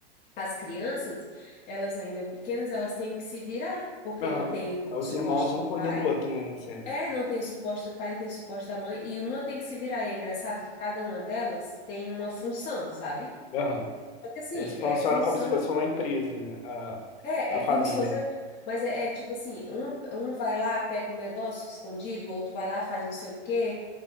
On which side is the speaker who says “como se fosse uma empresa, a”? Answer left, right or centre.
Left